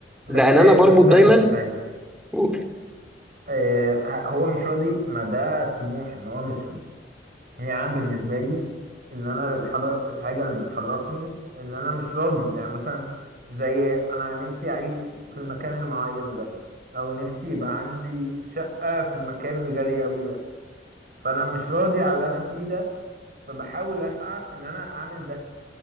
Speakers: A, on the right (about 55°); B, in the centre.
A: بس
B: لان انا بربط
A: بس
B: دايما
A: ثانية ثانية
B: بقول
A: آه، ه- هو مش راضي ما ده الطموح ان هو مش يعني بالنسبة لي إن أنا الحاجة الحاجة اللي بتحركني إن أنا مش راضي يعني مثلا زي أنا نفسي أعيش في المكان المعين ده أو نفسي يبقى عندي شقة في المكان الغالي أوي ده فأنا مش راضي على اللي أنا فيه ده فبحاول أسعى إن أنا أعمل ده